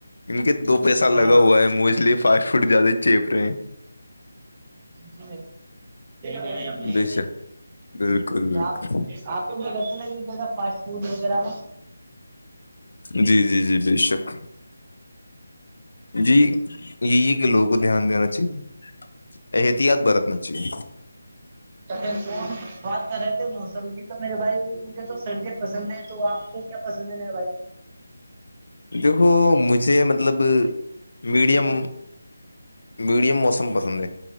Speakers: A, on the left; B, on the right.
A: ان کے دو پیسہ
B: ہاں
A: لگا ہے موسٹلیے فاسٹ فوڈ زیادہ چیپ رہے ہیں
B: د نہیں
A: ہیں بے شک بالکل بالکل
B: میں آپ آپ کوتے ن زیادہ فاسٹ فوڈ وغیرہ میں
A: جی جی جی بے شک جی یہی ہے کہ لوگوں کو دھیان دینا چاہیے احتیاط برتنا چاہیے
B: س بات کر رہے تھے موسم کی تو میرے بھائی مجھے تو سردیا پسند ہے تو آپ کو کیا پسند نہیں بھائی
A: دیکھو مجھے مطلب میڈیم میڈیم موسم پسند ہے